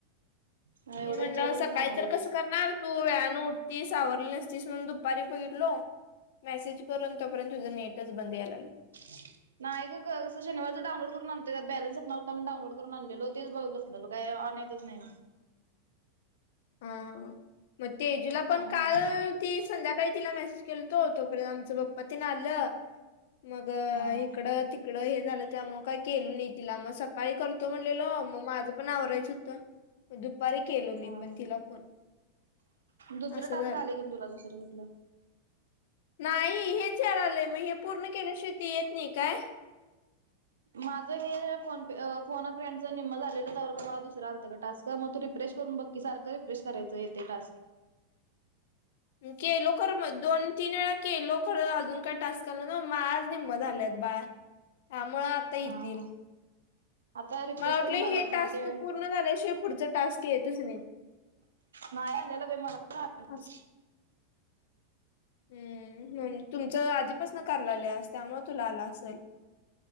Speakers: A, on the right; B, on the left.
A: मला एवढा
B: मी म्हणलं
A: विचार करून
B: सकाळी
A: सांगायलास
B: तर कसं करणार तू वेळान उठतीस आवरली नसतीस म्हणून दुपारी बघितलो मेसेज करून तोपर्यंत तुझं नेटच बंद यायला ला
A: <inaudible> नाही का कस शनिवारच डाउनलोड करून आणतय त्या बॅलन्सच नव्हता डाउनलोड करून आणलेलो ते बघत बस झालो काही ऑन येतच नाही मी
B: हा मग तेजूला पण
A: त्यामुळे
B: काल ती संध्याकाळी तिला मेसेज केल हो तो तोपर्यंत आमचं पप्पा तिने आलं मग
A: हा हा
B: इकडं तिकडं हे झालं त्या मग काय केलं नाही तिला मग सकाळी करतो म्हणलेल मग माझं पण आवराायचं होतं दुपारी केलो मी
A: हा
B: पण तिला फोन
A: दुसरं
B: असं
A: टास्क
B: झालं.
A: आले का तुला दुसरं कुठलं
B: नाही हेच या लागलय मग हे, पूर्ण केल्या शिवाय ते येत नाही काय?
A: माझं हे फोन पे, फोन अ फ्रेंडच निम्म झालेलं, तवर का मला दुसरं आलतं गं टास्क. बग मग तू रिफ्रेश करून बकी, सारखं रिफ्रेश करायं येते टास्क.
B: केलो खरं मग दोन तीन वेळा केलो. खरं अजून काय टास्क आल ना मग, आज निम्म झाल्यात बाळ. हां, मग आता येतील.
A: हा हा आता रिफ्रेश
B: मला वाटलं
A: करून बघायचं
B: ही टास्क
A: मग ते
B: पूर्ण झालं शिवाय, पुढच टास्क येतच नाही.
A: नाही आलेल बाई, मला तर आलेल.
B: असं. हम हम. तुमचं आधीपासन‌ करालागलेस, त्यामुळे तुला आल असेल.